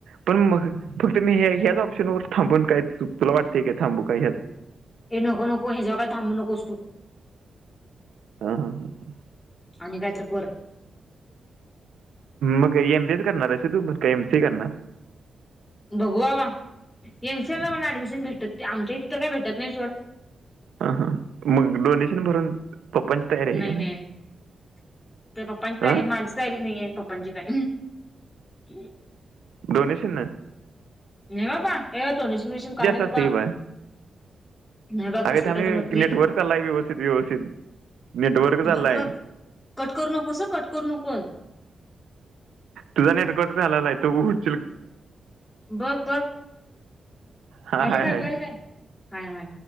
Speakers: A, on the right (about 80°); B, on the left (about 25°).
A: पण मग फक्त मी हे ह्याच ऑप्शन उरतो. थांबूण काय चूक तुला वाटते. काय थांबू काय ह्यात,
B: हे नको नको हेचावर, काय थांबू नकोस तू.
A: हा हा हा हा,
B: आणि काय तर कर,
A: मग एम बी एच करणार हायस होय तू. मग का एम सी करणार,
B: बघू बाबा, एम सी एल ला मला ऍडमिशन भेटत आमच्या इथे तर काय भेटत नाही सोड,
A: हां हां मग डोनेशन भरून, पप्पांची तयारी आहे
B: नाही
A: का
B: नाही तर पप्पाची तयारी,
A: हां
B: माझी तयारी नाहीये आणि, पप्पाची काय, ह..
A: डोनेशन चं,
B: नाही बाबा, ये तो डोनेशन बिनेशन काय नाही बाबा,
A: असते की बा
B: नाही बघ तसलं
A: अगं थामये
B: काय जमत नाही
A: नेटवर्क चालाय. व्यवस्थित व्यवस्थित, नेटवर्क
B: बघ
A: चालाय.
B: बघ कट करू नकोस, कट करू नकोन
A: तुझा नेटकट बी हाला लाय तु बी उड,
B: बघ बघ,
A: हां
B: याले
A: हाय
B: काय
A: हाय
B: ऐकू याले काय? हाय हाय